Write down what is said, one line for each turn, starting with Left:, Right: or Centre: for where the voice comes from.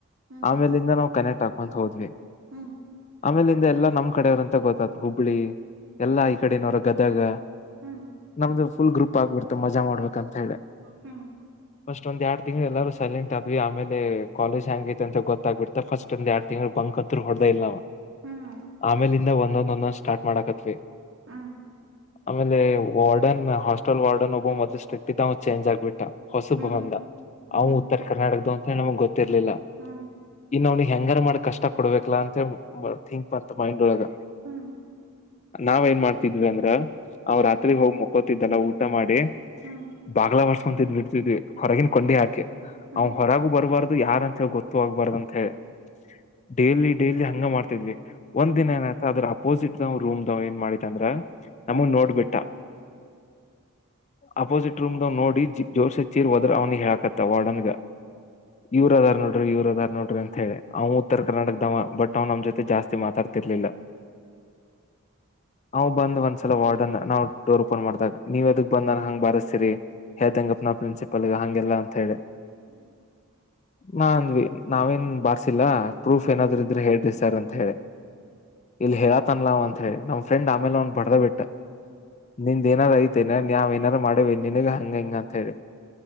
Right: ಹ್ಮ್
Left: ಆಮೇಲಿಂದ ನಾವವು ಕನೆಕ್ಟ್ ಹಾಕೊ ಹೋದ್ವಿ
Right: ಹ್ಮ್ ಹ್ಮ್
Left: ಆಮೇಲಿಂದ ಎಲ್ಲ ನಮ್ ಕಡೆಯವರುಂತ ಗೊತ್ತ ಹುಬ್ಬಳಿ ಎಲ್ಲಾ ಈ ಕಡೆಿನವ್ರ ಗದಗ
Right: ಹ್ಮ್
Left: ನಮ್ದು ಫುಲ್ ಗ್ರೂಪ್ ಆಗ್ಬಿಡ್ತದೆ ಮಜಾ ಮಾಡಬೇಕ ಅಂತ ಹೇಳಿ
Right: ಹ್ಮ
Left: ಫಸ್ಟ್ ಒಂದ ಎರಡ್ ತಿಂಗಳು ಎಲ್ಲಾರೂ ಸೈಲೆಂಟ್ ಆದ್ವಿ ಆಮೇ ಕಾಲೇಜ್ ಹಂಗ ೈತೆ ಅಂತ ಗೊತ್ತಾಗಗ್ಬಿಡ್ತೆಫಸ್ಟ್ ಒಂದ ಎಡ್ ತಿಂಗಳು ಬಂಕ ಹೊಡೆದ ಇಲ್ಲ
Right: ಹ್ಮ್
Left: ಆಮೇಲೆ ಇ ಒಂದೊಂದ್ ಒಂದೊಂದ್ ಸ್ಟಾರ್ಟ್ ಮಾಡಕತ್ವಿ
Right: ಹ್ಮ್
Left: ಆಮೇಲೆ ವಾರ್ಡನ್ ಹಾಸ್ಟೆಲ್ ವಾರ್ಡನ್ ಒಬ್ಬ ಮೊದ್ ಸ್ಟ್ರಿಕ್ ಚೇಂಜ್ ಆಗ್ಬಿಟ್ಟ ಹೊಸ
Right: ಹ್ಮ್
Left: ಬಂದ
Right: ಹ್ಮ್
Left: ಅವ ಉತ್ತರ ಕರ್ನಾಟಕ್ದ ಅಂತಿ ನಮಗ್ ಗೊತ್ತಿರ್ಲಿಲ್ಲ
Right: ಹ್ಮ್
Left: ಇನ್ ಅವ್ನಗ್ ಹೆಂಗಾರ ಮಾಡಕ್ ಕಷ್ಟ ಕೊಡ್ಬೇಕಲಾ ಅಂತ ಂಕ್ ಮತ್ ಮೈಂಡ್ ಒಳಗ
Right: ಹ್ಮ್
Left: ನಾವ ಏನ್ ಮಾಡ್ತಿದ್ವಿ ಅಂದ್ರ ಅವ್ ರಾತ್ರಿ ಹೋಗಿ ಮುಕೋತಿದ್ದಲ್ಲ ಊಟ ಮಾಡಿ
Right: ಹ್ಮ್
Left: ಬಂಗ್ಲ ಭಾಷೆ ಸಟ್ಟಿ ವಿ ಹೊರಗನ್ ಕೊಂಡಿ ಹಾಕಿ
Right: ಹ್ಮ್
Left: ಅವ್ ಹೊರಗು ಬರಬಾರ್ದು ಯಾರ ಅಂತ ಹೇಳ ಗೊತ್ತು ಆೋಗಬಾರ್ದ ಅಂತ ಹೇಳಿ ಡೈಲಿ ಡೈಲಿ ಹಂಗ ಮಾಡ್ತಿದ್ವಿ ಒಂದ
Right: ಹ್ಮ್
Left: ದಿನ ಏನಾಯ್ತ ಅದ್ರ ಅಪೋಸಿಟ್ ರೂಮ್ ಏನ್ ಮಾಡಿದ ಅಂದ್ರ
Right: ಹ್ಮ್
Left: ನಮ ನೋಡ್ಬಿಟ್ಟ ಅಪೋಸಿಟ್ ರೂಮ್ ದ ನೋಡಿ ಜೋರ್ಸ್ ಚೀರ್ ಹೋದ್ರ ಅವ್ನಿಗೆ ಹೇಳಕತ್ತ ವಾರ್ಡನ್ಗ ಇವ್ರ ಅದಾರ್ ನೋಡ್ರಿ ಇವ್ರ ಅದಾರ್ ನೋಡ್ರಿ ಅಂತ ಹೇಳಿ ಅವ ಉತ್ತರ ಕರ್ನಾಟಕ ದಮ್ಮ ಬಟ್ ಅವ್ ನಮ್ ಜೊತೆ ಜಾಸ್ತಿ ಮಾತಾಡ್ತಿರ್ಲಿಲ್ಲ ಅವ್ ಬಂದ್ ಒಂದ್ಸಲ ವಾರ್ಡನ್ ನಾ್ ಡೋರ್ ಓಪನ್ ಮಾಡ್ದಾಗ ನೀವದಕ್ ಬಂದನ್ ಹಂಗ್ ಬಾರತೀರಿ ಕತೆಂಗ ಪ್ರಸಿ ಪ್ಪಳಗ ಹಂಗೆಲ್ಲ ಅಂತ ಹೇಳಿ
Right: ಹ್ಮ್
Left: ನಾಂದ್ವಿ ನಾವೇನ್ ಬಾರ್ಸಿಲ್ಲ ಪ್ರೂಫ್ ಏನಾದ್ೂ ಇದ್ರೆ ಹೇಳ್ರಿ ಸರ್ ಅಂತ ಹೇಳಿ ಇಲ್ಹೇರಾ ಅನ್ಲವ ಅಂತ ಹೇಳಿ ನಮ್ಮ ಫ್ರಂಡ್ಮೇಲೆ ಒಂದ್ ಬಡದ ಬಿಟ್ಟ ನಿಮ ಏನಾರ ಐತೆೇನೆ ನಾವ ಏನಾರ ಮಾಡೇವೆ ನಿನಗ್ ಹಂಗ ಹಂಗ ಅಂತ ಹೇಳಿ